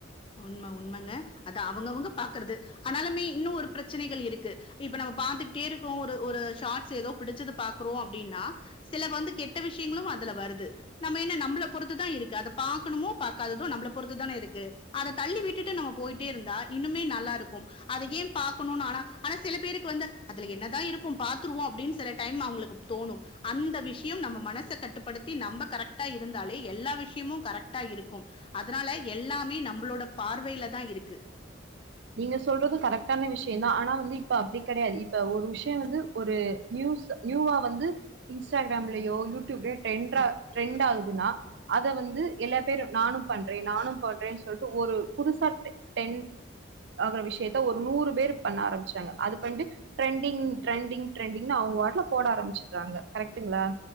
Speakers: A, on the left (about 30°); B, on the right (about 60°).
A: உண்ம உண்மங்க அது அவுங்கவுங்க பாக்குறது ஆனாலுமே இன்னு ஒரு பிரச்சனைகள் இருக்கு இப்ப நம்ம பாத்துக்ட்டே இருக்கோ ஒரு ஒரு ஷார்ட்ஸ் எதோ பிடிச்சது பாக்குறோ அப்டின்னா சில வந்து கெட்ட விஷ்யங்களும் அதுல வருது நம்ம என்ன நம்பள பொறுத்துதா இருக்கு அத பாக்கணுமோ பாக்காதது நம்பள பொறுத்துதானே இருக்கு அத தள்ளி விட்டுட்டு நம்ம போயிட்டே இருந்தா இன்னுமே நல்லா இருக்கும் அத ஏ பாக்கணுன் ஆனா ஆனா சில பேருக்கு வந்து அதுல என்னதா இருக்கும் பாத்துருவோ அப்டின் சில டைம் அவுங்களுக்கு தோணும் அந்த விஷ்யம் நம்ம மனச கட்டுப்படுத்தி நம்ப கரெக்டா இருந்தாலே எல்லா விஷ்யமு கரெக்டா இருக்கும் அதனால எல்லாமே நம் ளோட பார்வைல தா இருக்கு
B: நீங்க சொல்றது கரெக்டான விஷ்யந்தா ஆனா வந்து இப்ப அப்டி கெடையாது இப்ப ஒரு விஷ்ய வந்து ஒரு நியூஸ் நியூவா வந்து இன்ஸ்டாகிராம்லயோ யூடியூப்லயோ ட்ரெண்ட்ர ட்ரெண்ட் ஆகுதுன்னா அத வந்து எல்லா பேரு நானும் பண்றே நானும் பண்றே சொல்ட்டு ஒரு புதுசா டென் ஆகுற விஷ்யத்த ஒரு நூறு பேரு பண்ண ஆரம்பிச்சாங்க அது பண்ட்டு ட்ரெண்டிங் ட்ரெண்டிங் ட்ரெண்டிங்னு அவுங்க வாட்ல போட ஆரம்பிச்சுட்றாங்க கரெக்டுங்ளா